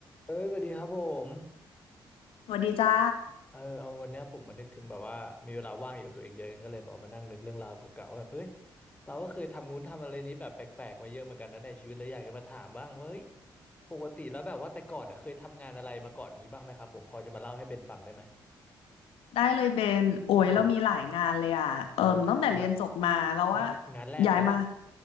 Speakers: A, on the left; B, on the left.
A: เอ้ยสวัสดีครับผม
B: สวัสดีจ้า
A: เออเอาวันเนี้ยผมมานึกถึงแบบว่ามีเวลาว่างอยู่กับตัวเองเยอะก็เลยแบบมานั่งนึกเรื่องราวเก่าๆว่าแบบเฮ้ยเราก็เคยทำงู้นทำอะไรนี้แบบแปลกๆมาเยอะเหมือนกันนะในชีวิตเลยอยากจะมาถามบ้างว่าเฮ้ยปกติแล้วแบบว่าแต่ก่อนอะเคยทำงานอะไรมาก่อนงี้บ้างไหมครับผมพอจะมาเล่าให้เบนฟังได้ไหม
B: ได้เลยเบนโอ้ยเรามีหลายงานเลยอ่ะเอิ่มตั้งแต่เรียนจบมาเราว่า
A: อืมเออเอาแบบงะงานแรกกันได้ปะ
B: ย้ายมา